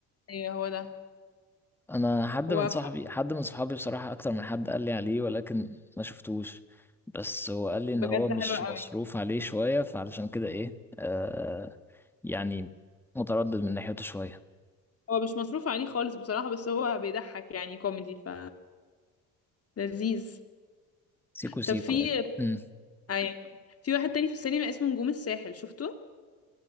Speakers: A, on the left; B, in the centre.
A: ايوه هو ده
B: انا حد
A: هو
B: من صاحبي
A: كو-
B: حد من صحابي بصراحة اكتر من حد قال لي عليه ولكن ما شفتوش بس هو قال لي ان
A: بجد
B: هو مش
A: حلو
B: مصروف
A: قوي
B: عليه شوية فعلشان كده ايه آه يعني متردد من ناحيته شوية
A: هو مش مصروف عليه خالص بصراحة بس هو بيضحك يعني كوميدي ف لذيذ
B: سيكو سيكو
A: طب في
B: يعني. مم.
A: ايوه في واحد تاني في السينما اسمه نجوم الساحل شفته